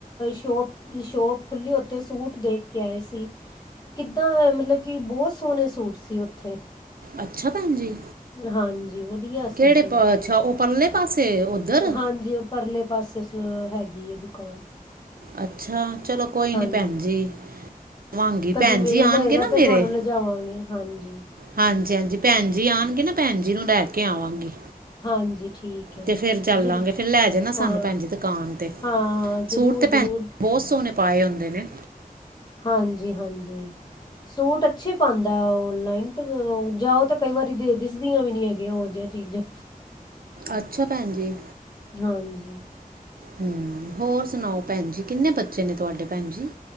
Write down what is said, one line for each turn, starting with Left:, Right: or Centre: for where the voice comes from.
Left: ਸ਼ੋਪ ਸ਼ੋਪ ਖੁੱਲੀ ਉੱਥੇ ਸੂਟ ਦੇਖ ਕੇ ਆਏ ਸੀ ਕਿੱਦਾਂ ਮਤਲਬ ਕਿ ਬਹੁਤ ਸੋਹਣੇ ਸੂਟ ਸੀ ਓਥੇ
Right: ਅੱਛਾ ਭੈਣ ਜੀ।
Left: ਹਾਂਜੀ ਵਧੀਆ ਸੀ
Right: ਕਿਹੜੇ
Left: ਸੂਟ
Right: ਪ- ਅੱਛਾ
Left: ਤਾਂ
Right: ਉਹ ਪਰਲੇ ਪਾਸੇ ਉਧਰ
Left: ਹਾਂਜੀ ਉਹ ਪਰਲੇ ਪਾਸੇ ਹੈਗੀ ਐ ਦੁਕਾਨ
Right: ਅੱਛਾ ਚਲੋ ਕੋਈ
Left: ਹਾਂਜੀ
Right: ਨੀ ਭੈਣ ਜੀ। ਆਵਾਂਗੀ
Left: ਕਦੀ
Right: ਭੈਣ
Left: ਮੇਲ
Right: ਜੀ ਆਣਗੇ
Left: ਹੋਏਗਾ
Right: ਨਾ ਮੇਰੇ
Left: ਤੇ ਤੁਹਾਨੂੰ ਲਿਜਾਵਾਂਗੇ ਹਾਂਜੀ।
Right: ਹਾਂਜੀ ਹਾਂਜੀ ਭੈਣ ਜੀ ਆਣਗੇ ਨਾ ਭੈਣ ਜੀ ਨੂੰ ਲੈ ਕੇ ਆਵਾਂਗੀ।
Left: ਹਾਂਜੀ। ਠੀਕ ਹੈ
Right: ਤੇ ਫੇਰ ਚੱਲਾਂਗੇ
Left: ਜ਼ਰੂਰ
Right: ਫਿਰ ਲੈ ਜਨਾ ਸਾਨੂੰ
Left: ਹਾਂ ਹਾਂ
Right: ਭੈਣ ਜੀ ਦੁਕਾਨ ਤੇ
Left: ਹਾਂ
Right: ਸੂਟ
Left: ਜ਼ਰੂਰ
Right: ਤੇ
Left: ਜ਼ਰੂਰ
Right: ਭੈਣ ਬਹੁਤ ਸੋਹਣੇ ਪਾਏ ਹੁੰਦੇ ਨੇਂ।
Left: ਹਾਂਜੀ ਹਾਂਜੀ, ਸੂਟ ਅੱਛੇ ਪਾਉਂਦਾ ਓਨਲਾਈਨ ਤੇ ਜਾਓ ਤਾਂ ਕਈ ਵਾਰੀ ਦਿਸਦੀਆਂ ਵੀ ਨੀਂ ਹੈਗੀਆਂ ਉਹ ਜਿਹੀਆਂ ਚੀਜ਼ਾਂ।
Right: ਅੱਛਾ ਭੈਣ ਜੀ।
Left: ਹਾਂਜੀ
Right: ਹਂ, ਹੋਰ ਸੁਨਾਓ ਭੈਨ ਜੀ, ਕਿੰਨੇ ਬੱਚੇ ਨੇ ਤੁਹਾਡੇ ਭੈਨ ਜੀ?